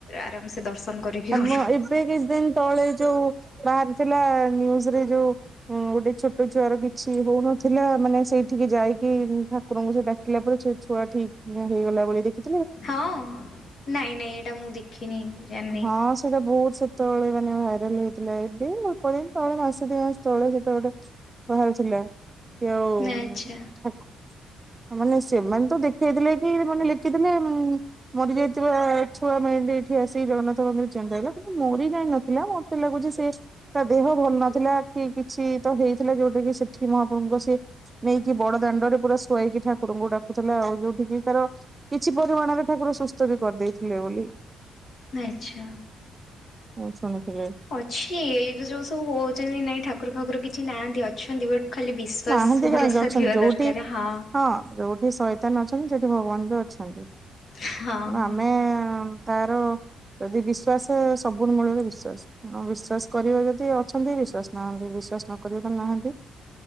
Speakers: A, on the left (about 55°); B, on the right (about 20°).
A: ଆରାମ ସେ ଦର୍ଶନ। କରିକି
B: ଆ
A: ଗଲୁ।
B: ଏବେ କିଛି ଦିନ ତଳେ ଯୋଉ ବାହାରିଥିଲା ନିଉଜ ରେ ଯୋଉ ହୁଁ ଗୋଟେ ଛୋଟ ଛୁଆର କିଛି ହଉନଥିଲା ମାନେ ସେଇଠିକି ଯାଇକି ଠାକୁରଙ୍କୁ ସେ ଡାକ ଡାକିଲା ପରେ ଛୁଆ ଠିକ୍ ହେଇଗଲା ବୋଲି ଦେଖି
A: ହଁ ନାଇଁ ନାଇଁ ଏଇଟା ମୁଁ ଦେଖିନି। ଜାଣିନି
B: ହଁ। ସେଇଟା ବହୁତ ସେତେବେଳେ ମାନେ ଭାଇରାଲ ହେଇଥିଲା ଏବେ ଅଳ୍ପ ଦିନ ତଳେ ମାସେ ଦି ମାସ ତଳେ ସେଟା ଗୋଟେ ବାହାରି ଥିଲା କି ଆଉଠକୁ
A: ନା ଆଚ୍ଛା
B: ମାନେ ସେମାନେ ତ ଦେଖେଇଥିଲେ କି ମାନେ ଲେଖିଥିଲେ ମୁଁ ମୋର ଦେଇଥିବା ଛୁଆ ମେଣ୍ଣ୍ଡ ଏଇଠି ଆସି ସେ ଜଗନ୍ନାଥ ମନ୍ଦିର ଚିନ୍ତେ ଆଇଲା କିନ୍ତୁ ମୋରି ଯାଇଁ ନଥିଲା ମତେ ଲାଗୁଚି ସେ ତା ଦେହ ଭଲ ନଥିଲା କି କିଛି ତ ହେଇଥିଲା ଯୋଉଟା କି ସେଠି ମହାପ୍ରଭୁଙ୍କ ସିଏ ନେଇକି ବଡ ଦାଣ୍ଡରେ ପୁରା ଶୁଆଇକି ଠାକୁରଙ୍କୁ ଡାକୁୁଥିଲା ଆଉ ଯୋଉଠିକି ତାର କିଛି ପରିମାଣରେ ଠାକୁର ସୁସ୍ଥ ବି କରିଦେଇଥିଲେ ବୋଲି
A: ଆଛା।
B: ମୁଁ ଶୁଣିୁଥିଲି।
A: ଅଛି ଏଇ ଯୋଉ ସବୁ ହଉଛନ୍ତି ନାଇଁ ଠାକୁର ଫାକୁର କିଛି ନାହାନ୍ତି ଅଛନ୍ତି ବଟ ଖାଲି ବିଶ୍ୱାସ
B: ନାହାନ୍ତି କାହିଁକି
A: ଭରସା
B: ଅଛନ୍ତି
A: ଥିବା
B: ଯୋଉଠି
A: ଦରକାର ହଁ।
B: ହଁ ରହୁ ସେଠି ସଇତାନ ଅଛନ୍ତି ସେଠି ଭଗବାନ ବି ଅଛନ୍ତି
A: ହଁ ହଁ।
B: ଆ ଆମେ ତାର ଯଦି ବିଶ୍ୱଵାସ ସବୁ ମୂଳରେ ବିଶ୍ୱାସ ହଁ ବିଶ୍ଵାସ କରିବା ଯଦି ଅଛନ୍ତି ବିଶ୍ଵାସ ନାହାନ୍ତି ବିଶ୍ଵାସ ନକ ତାଲେ ନାହାନ୍ତି।